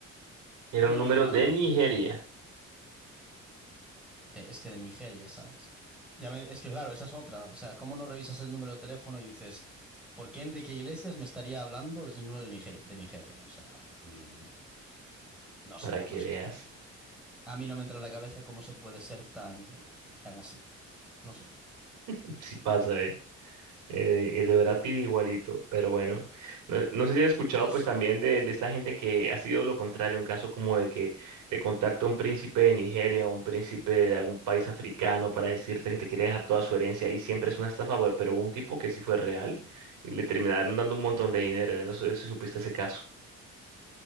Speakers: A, on the right; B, in the centre.
A: Era
B: a mí
A: un número
B: no me entra en
A: de
B: la cabeza,
A: Nigeria,
B: no. De- es que de Nigeria, ¿sabes? Ya me- es que claro, esa es otra. O sea, ¿cómo no revisas el número de teléfono y dices, ¿por qué Enrique Iglesias me estaría hablando desde un número de Nigeria? De Nigeria? O sea, mm, no sé,
A: para que
B: no sé.
A: veas
B: A mí no me entra en la cabeza cómo se puede ser tan, tan así. No sé.
A: <laughs> si pasa Eh, el de Brad Pitt igualito, pero bueno, no, no sé si has escuchado
B: Yo, sí,
A: pues también de, de esta gente que ha sido lo contrario, un caso como de que te contacta un príncipe de Nigeria o un príncipe de algún país africano para decirte que te quiere dejar toda su herencia y siempre es una estafa, we- pero hubo un tipo que sí fue real y le terminaron dando un montón de dinero, no No sé si supiste ese caso.